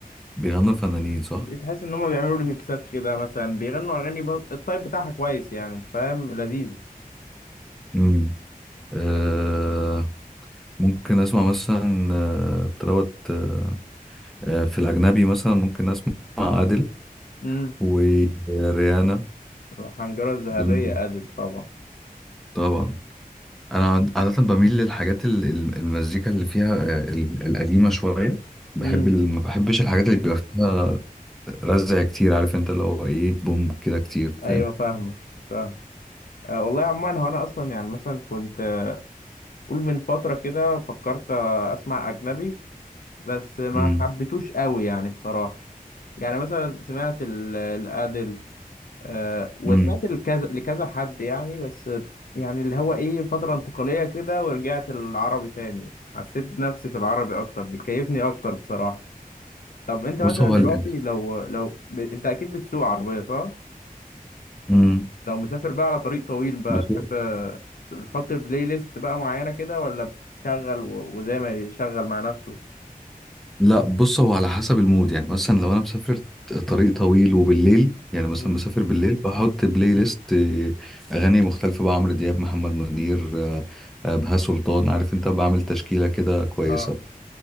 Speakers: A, in the centre; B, on the left.
A: بيغنوا الفنانين صح
B: تحس ان هم بيعملوا ريميكسات كده مثلا بيغنوا اغاني بر- الطيب بتاعها كويس يعني انت فاهم لذيذ
A: مم. آه، ممكن أسمع مثلا آه، بتروت آه، آه، في الأجنبي مثلا ممكن أسمع أديل
B: امم
A: وريانا
B: الحنجره الذهبيه
A: جميل.
B: ادل طبعا
A: طبعا انا عاد- عاده بميل للحاجات ال- ال- المزيكا اللي فيها آه، ال- القديمه شويه بحب
B: امم
A: ال- ما بحبش الحاجات اللي بيبقى فيها رزع كتير عارف انت اللي هو ايه بوم كده كتير فاهم
B: ايوه فاهمه فاهم أه والله عموما هو انا اصلا يعني مثلا كنت قول من فتره كده فكرت اسمع اجنبي بس ما
A: امم
B: حبيتوش قوي يعني بصراحه يعني مثلا سمعت الادل آه، وسمعت
A: امم
B: لكذا لكذا حد يعني بس يعني اللي هو ايه فترة انتقالية كده ورجعت للعربي تاني حسيت نفسي في العربي اكتر بيكيفني اكتر بصراحة طب انت
A: بص
B: مثلا
A: هو
B: دلوقتي
A: ال...
B: لو لو ب... انت اكيد بتسوق عربية صح؟
A: امم
B: لو مسافر بقى على طريق طويل بقى
A: بص
B: تحب بتحط بلاي ليست بقى معينة كده ولا بتشغل و... وزي ما يشغل مع نفسه؟
A: لا بص هو على حسب المود يعني مثلا لو انا مسافر طريق طويل وبالليل يعني
B: مم.
A: مثلا مسافر بالليل بحط بلاي ليست آه، اغاني مختلفه بقى عمرو دياب محمد منير آه، آه، بهاء سلطان عارف انت بعمل تشكيله كده كويسه
B: اه